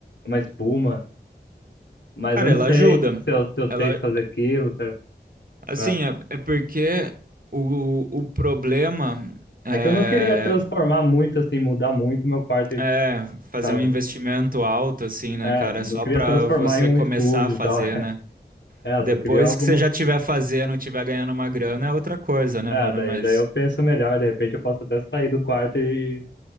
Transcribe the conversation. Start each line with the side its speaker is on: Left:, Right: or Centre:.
Left: uma espuma, mas
Right: Cara,
Left: eu não
Right: ela
Left: sei
Right: ajuda.
Left: se eu, se eu
Right: Ela,
Left: tenho que fazer aquilo. se-
Right: assim,
Left: né?
Right: é, é porque o, o problema é,
Left: É que eu não queria transformar muito, assim, mudar muito meu quarto,
Right: é fazer
Left: sabe?
Right: um investimento alto, assim, né,
Left: É,
Right: cara?
Left: não
Right: Só
Left: queria
Right: pra
Left: transformar
Right: você
Left: em um
Right: começar
Left: estúdio
Right: a fazer,
Left: e tal. <laughs>
Right: né?
Left: É, eu
Right: Depois
Left: só queria alguma,
Right: que você já tiver fazendo, tiver ganhando uma grana, é outra coisa, né,
Left: É,
Right: mano?
Left: daí,
Right: Mas,
Left: daí eu penso melhor, de repente eu posso até sair do quarto e,